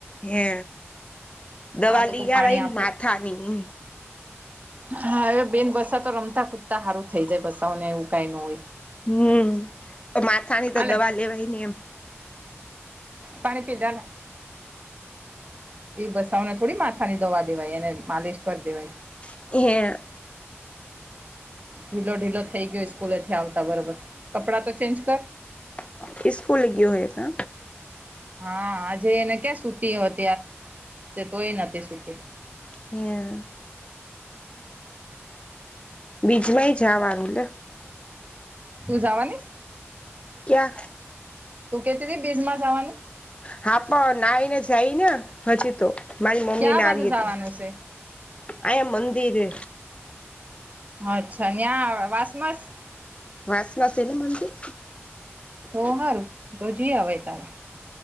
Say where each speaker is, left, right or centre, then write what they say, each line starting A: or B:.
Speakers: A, on the left; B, on the right.
A: હે દવા
B: હા તો
A: લી
B: કોઈ પાણી
A: અવાય ને
B: આપો
A: માથા ની.
B: હા, હવે બેન બસા તો રમતા કુદતા સારું થઈ જાય બસા ને એવું કઈ ન હોય.
A: હમ્મ, તો માથાની
B: હાલે
A: તો દવા લેવાય ને એમ.
B: પાણી પીધા ને એ બસાવને થોડી માથા ની દવા દેવાય એને માલિશ કરી દેવાય.
A: <inaudible>
B: ઢીલો ઢીલો થઈ ગયો સ્કૂલે થી આવતા બરોબર. કપડાં તો ચેન્જ કર
A: <unintelligible> સ્કુલ ગયો એ તો
B: હા આજે એને ક્યાં રજા હતી આ <unintelligible> તો એ <unintelligible> રજા.
A: <unintelligible> <unintelligible> જવાનું ને
B: તું જવાની
A: કયાં
B: તું કહેતી હતી. બીજ માં જવાની
A: હા પણ ના આવી ને જાય ને હમણાં તો મારી મમ્મી
B: ક્યા
A: ને
B: બાજુ
A: આવી
B: જવાનું
A: હતી.
B: છે
A: અંહિયા મંદિરે
B: અચ્છા <unintelligible>
A: <unintelligible> અને મંદિર
B: તો સારું તો જઈ આવે તારે.